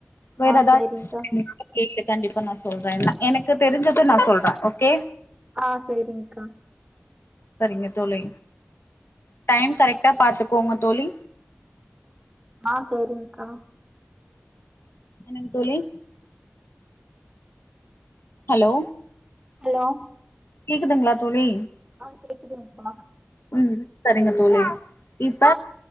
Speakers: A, on the left; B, on the right.
A: வேற
B: ஆ
A: எதா
B: சேரிங்க்கா
A: <inaudible> கண்டிப் நா சொல்றே எனக்கு தெரிஞ்சது நா சொல்றே ஓகே
B: ஆஹ் சேரிங்கா
A: சரிங்க தோழி டைம் கரெக்டா பாத்துக்கோங்க தோழி
B: ஆஹ் சரிக்கா
A: என்னங் தோழி ஹலோ
B: ஹலோ
A: கேக்குதுங்களா தோழி
B: கேக்குதுங்கா
A: உம் சரிங்க இப்ப